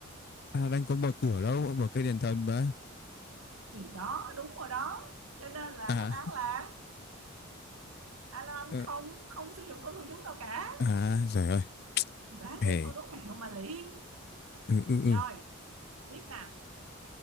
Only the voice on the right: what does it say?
thì đó đúng rồi đó cho nên là
đáp án là Aladdin
không không sử dụng câu thần chú nào cả
đấy
câu đố mẹo mà lị
rồi
tiếp nè